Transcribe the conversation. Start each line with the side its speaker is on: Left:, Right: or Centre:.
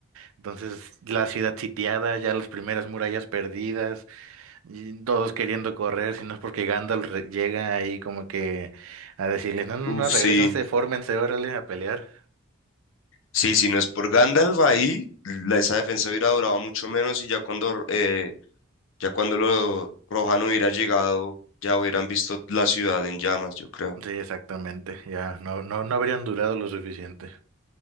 Right: Entonces, la ciudad sitiada, ya las primeras murallas perdidas. Y todos queriendo correr, si no es porque Gandalf re- llega ahí como que a decirles, no, no,
Left: Uf,
Right: no, regrésense,
Left: sí,
Right: fórmense, órale, a pelear.
Left: sí, si no es por Gandalf ahí, la- esa defensa hubiera durado mucho menos y ya cuando eh, Ya cuando los Rohan hubiera llegado, ya hubieran visto la ciudad en llamas, yo creo.
Right: Sí, exactamente, ya, no, no, no habrían durado lo suficiente,